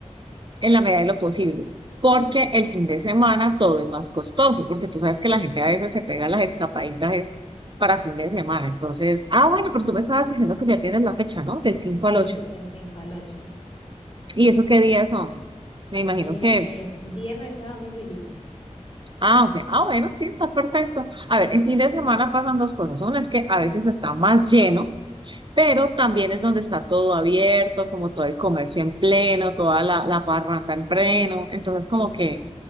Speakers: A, on the right; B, on the left.
A: en la medida
B: Ok.
A: de lo posible, porque el fin de semana todo es más costoso, porque tú sabes que la gente a veces se pega las escapaditas es para fin de semana. Entonces, ah, bueno, pero tú me estabas diciendo que ya tienes la fecha, ¿no? Del 5 al
B: Sí,
A: ocho
B: del 5 al 8.
A: ¿Y eso qué días son? Me imagino
B: Eh,
A: que
B: viernes, sábado, domingo y lunes.
A: Ah, ok. Ah, bueno, sí, está perfecto. A ver, en fin de semana pasan dos cosas. Una es que a veces está más lleno, pero también es donde está todo abierto, como todo el comercio en pleno, toda la, la parranda en pleno. Entonces, como
B: Eso.
A: que